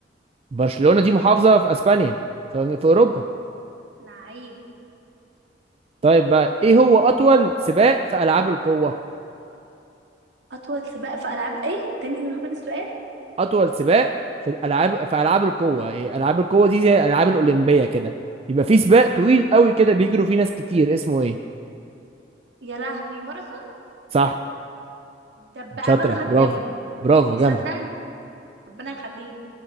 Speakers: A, on the right; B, on the right.
A: برشلونة دي محافظة في اسبانيا في في اوروبا
B: لعيب
A: طيب بقى ايه هو اطول سباق في العاب القوة
B: اطول سباق في العاب ايه تاني لما يكون السؤال
A: اطول سباق في الالعاب في العاب القوة إيه العاب القوة دي زي الالعاب الاولمبية كده يبقى في سباق طويل قوي كده بيجروا فيه ناس كتير اسمه ايه
B: يا لهوي ماراثون
A: صح
B: ده بامانه
A: شاطرة
B: هبداها
A: برافو برافو
B: صدقني
A: جامدة
B: ربنا يخليك